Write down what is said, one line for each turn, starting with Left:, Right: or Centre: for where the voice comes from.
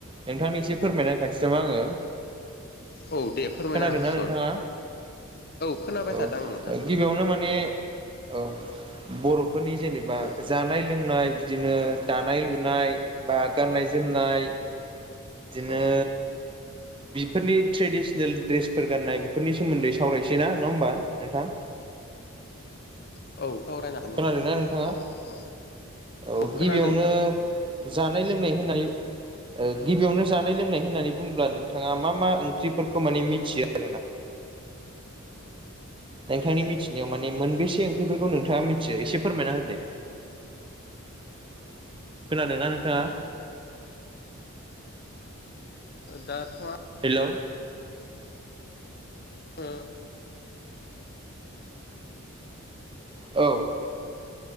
Right: नोंथांनिसि फोरमायना खाथि नामा आङो।
Left: औ दे फोरमायना
Right: खोनादोंना
Left: होसन।
Right: नोंथाङा
Left: खोनाबाय
Right: औ
Left: थादों आं नोंथां
Right: गिबियावनो माने औ बर'फोरनि जेनेबा
Left: औ
Right: जानाय लोंनाय बिदिनो दानाय लुनाय बा गाननाय जोमनाय बिदिनो
Left: अ
Right: बिफोरनि ट्रेडिसनेल ड्रेसफोर गाननाय बेफोरनि सोमोन्दै सावरायसै ना नङा होमबा नोंथां‌ <inaudible>
Left: औ सावरायनो हागोन नोंथां
Right: खोनादोंना नोंथाङा
Left: औ
Right: औ
Left: खोनादों
Right: गिबियावनो
Left: नोंथां
Right: जानाय लोंनाय होननानै ओ गिबियावनो जानाय लोंनाय होननानै बुंङोब्ला नोंथाङा मा मा ओंख्रिफोरखौ माने मिथियो। <inaudible> नोंथांनि मिथिनायाव माने मोनबेसे ओंख्रिफोरखौ नोंथाङा मिथियो एसे फोरमायना हो दे। <inaudible> खोनादोंना नोंथाङा?
Left: दाथ'
Right: हेलौ।
Left: ओ।
Right: औ।